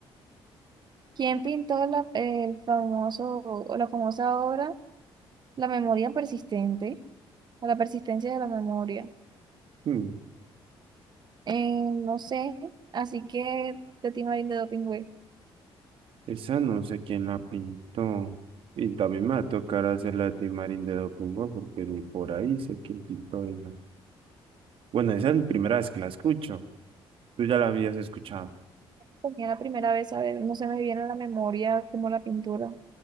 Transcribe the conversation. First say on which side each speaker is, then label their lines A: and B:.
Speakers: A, on the right; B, on the right.
A: ¿Quién pintó la, el famoso, o la famosa obra La memoria persistente? O la persistencia de la memoria.
B: Hmm,
A: Eh, no sé, así que de ti, Marín de Doping, güey.
B: Esa no sé quién la pintó. Y también me va a tocar hacer la de Timarín de Documbo porque ni por ahí sé quién pintó esa. Bueno, esa es la primera vez que la escucho. Tú ya la habías escuchado.
A: Tenía la primera vez, a ver, no se me viene a la memoria como la pintura.